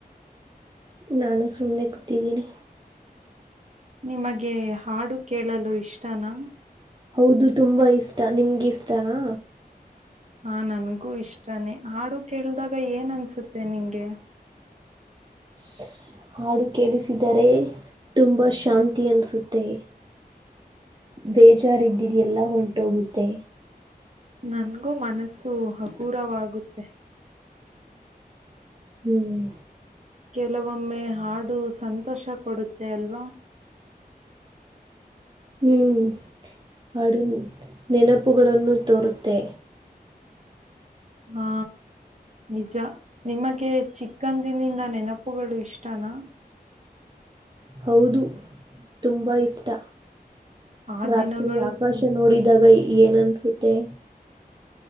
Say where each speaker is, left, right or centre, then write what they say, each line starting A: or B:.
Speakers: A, on the right; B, on the right.
A: ನಾನು ಸುಮ್ನೆ ಕೂತಿದ್ದೀನಿ.
B: ನಿಮಗೆ ಹಾಡು ಕೇಳಲು ಇಷ್ಟನಾ?
A: ಹೌದು ತುಂಬಾ ಇಷ್ಟ ನಿಮ್ಗೆ ಇಷ್ಟನಾ?
B: ಹಾ ನನ್ಗೂ ಇಷ್ಟಾನೇ ಹಾಡು ಕೇಳ್ದಾಗ ಏನ್ ಅನ್ಸುತ್ತೆ ನಿಂಗೆ?
A: ಶ ಹಾಡು ಕೇಳಿಸಿದರೆ ತುಂಬಾ ಶಾಂತಿ ಅನ್ಸುತ್ತೆ. ಬೇಜಾರಿದ್ದಿದ ಎಲ್ಲ ಹೊಂಟೋಗುತ್ತೆ.
B: ನನ್ಗೂ ಮನಸ್ಸು ಹಗುರವಾಗುತ್ತೆ.
A: ಹ್ಮ್
B: ಕೆಲವೊಮ್ಮೆ ಹಾಡು ಸಂತೋಷ ಕೊಡುತ್ತೆ ಅಲ್ವಾ
A: ಹ್ಮ್ ಹಡುನ್ ನೆನಪುಗಳನ್ನು ತೋರುತ್ತೆ
B: ಹಾ ನಿಜ ನಿಮಗೆ ಚಿಕ್ಕಂದಿನಿಂದ ನೆನಪುಗಳು ಇಷ್ಟನಾ
A: ಹೌದು ತುಂಬಾ ಇಷ್ಟ
B: ಆ
A: ರಾತ್ರಿ
B: ದಿನಗಳು
A: ಆಕಾಶ
B: ತುಂಬಾ
A: ನೋಡಿದಾಗ ಏನ್ನತ್ತೆ